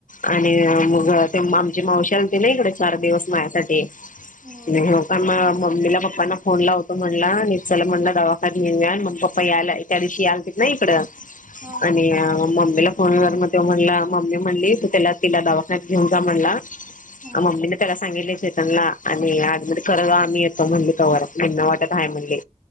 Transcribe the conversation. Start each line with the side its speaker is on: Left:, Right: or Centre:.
Left: आणि मग ते आमची मावशी आलती ना इकडे चार दिवस माझ्यासाठी
Right: होय
Left: <inaudible> अम मम्मीला पप्पांना फोन लावतो म्हणलं आणि चलं म्हणलं दवाखान्यात नेऊयान म पप्पा यायला त्या दिवशी आलती ना इकड
Right: हा हा
Left: आणि मम्मीला फोन व मग ते म्हण म''--'' ती म्हणली त त्याला तिला दवाखान्या घेऊन जा म्हणला.
Right: हा
Left: अ मम्मीने त्याला सांगितले चेतनला आणि आज मते. तर ना मी येतो म्हणली तवर निम्म्या वाटत आहे म्हणली.